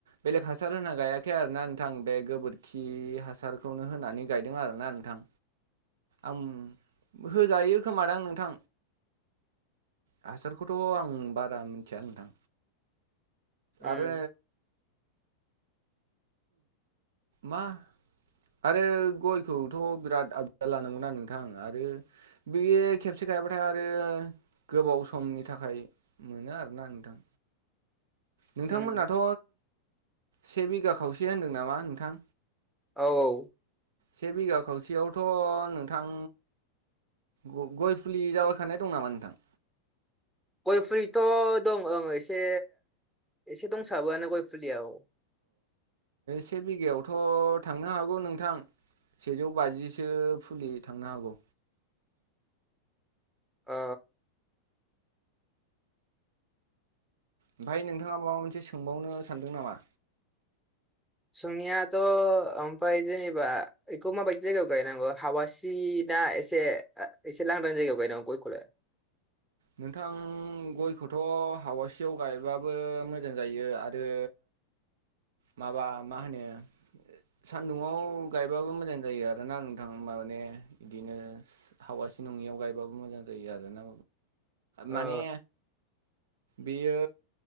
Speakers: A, on the right; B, in the centre.
A: बेलेक हासार होना गायाखै आरोना नोंथां बे गो बोदखि हासारखौनो होनानै गायदों आरोना नोंथां आं होजायो खोमादां नोंथां हासारखौथ' आं बारा मिथिया नोंथां
B: उम
A: आरो मा आरो गयखौथ' बिराद आबदाल लानांगौना नोंथां आरो बेयो खेबसे थायबाथाय आरो गोबाव समनि थाखाय मोनो आरो ना नोंथां
B: <inaudible>
A: नोंथांमोनाथ'
B: उम
A: से बिघा खावसे होनदों नामा नोंथां
B: औ औ
A: से बिघा खावसेयावथ' नोंथां ग गय फुलि जावायखानाय दं नामा नोंथां
B: गय फुलिथ' दं ओं एसे एसे दंसाबोआनो गय फुलिया‌औ <inaudible>
A: से बिघायावथ' थांनो हागौ नोंथां सेजौ बाजिसो फुलि थांनो हागौ
B: <inaudible> ओ
A: ओमफ्राय नोंथाङा माबा मोनसे सोंबावनो सानदों नामा?
B: सोंनायाथ' ओमफाय जेनेबा बेखौ माबायदि जायगायाव गायनांगौ हावासि ना एसे एसे लांदां जायगायाव गायनांगौ गयखौलाय
A: नोंथां गयखौथ' हावासियाव गायबाबो मोजां जायो आरो
B: <inaudible>
A: माबा मा होनो सान्दुङाव गायबाबो मोजां जायो आरोना नोंथां माने बिदिनो हावा सि नङियाव गायबाबो मोजां जायो आरोना
B: ओ
A: माने बियो